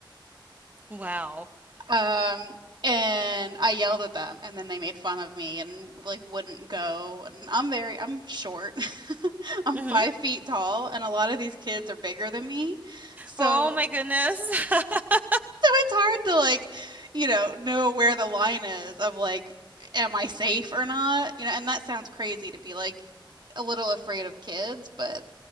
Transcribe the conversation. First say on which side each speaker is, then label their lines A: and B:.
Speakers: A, on the right; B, on the right.
A: Wow.
B: Um, and I yelled at them, and then they made fun of me and like wouldn't go. And I'm very, I'm short. <laughs> I'm
A: hmm
B: five feet tall, and a lot of these kids are bigger than me. So,
A: Oh my goodness. <laughs>
B: so it's hard to like, you know, know where the line is of like, am I safe or not? You know, and that sounds crazy to be like a little afraid of kids, but